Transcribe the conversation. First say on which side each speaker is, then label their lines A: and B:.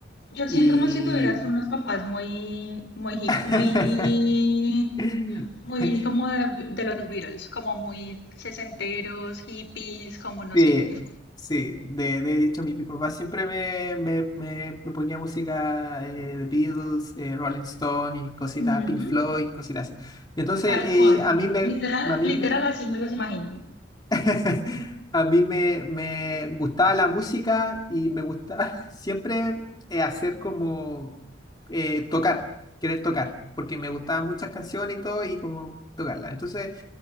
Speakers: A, on the left; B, on the left.
A: Yo siento
B: Y
A: como si tuvieras unos papás muy, muy hip,
B: <laughs>
A: muy,
B: <laughs>
A: muy como de, de los Beatles, como muy sesenteros, hippies, como no
B: Sí,
A: sé.
B: sí, de, de hecho mi, mi papá siempre me, me, me, me ponía música eh, de Beatles, eh, Rolling Stone y cositas,
A: Ujú.
B: Pink Floyd, cositas así. Entonces
A: Tal
B: eh,
A: cual.
B: a mí me,
A: Literal,
B: a mí
A: literal
B: me,
A: así me los imagino.
B: <laughs> a mí me, me gustaba la música y me gustaba <laughs> siempre eh, hacer como eh, tocar, querer tocar, porque me gustaban muchas canciones y todo y como tocarlas. Entonces